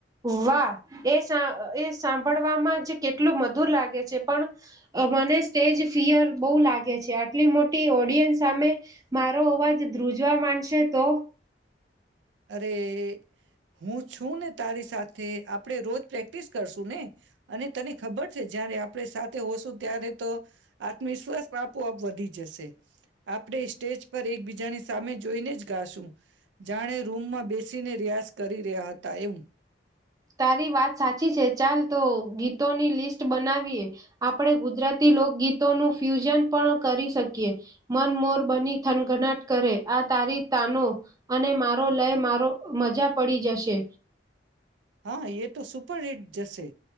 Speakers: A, on the right; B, on the right.
A: વાહ એ સા એ સાંભળવામાં જ કેટલું મધુર લાગે છે પણ મને સ્ટેજ ફિયર બહુ લાગે છે આટલી મોટી ઓડિયન્સ સામે મારો અવાજ ધ્રુજવા માંડશે તો
B: અરે હું છું ને તારી સાથે આપણે રોજ પ્રેક્ટ પ્રેક્ટિસ કરશું ને અને તને ખબર છે જયારે આપણે સાથે હોશું ત્યારે તો આત્મવિશ્વાસ આપોઆપ વધી જશે આપણે સ્ટેજ પર એકબીજાની સામે જોઈને જ ગાશું જાણે માં બેસીને રિયાઝ કરી રહ્યા હતા એવું <inaudible>
A: તારી વાત સાચી છે ચાલ તો ગીતોની લિસ્ટ બનાવીએ આપણે ગુજરાતી લોકગીતોનું ફ્યુઝન પણ કરી શકીએ મન મોર બની થનઘનાટ કરે આ તારી તાનો અને મારો લય મારો મજા પડી જશે
B: હા એ તો સુપર હિટ જશે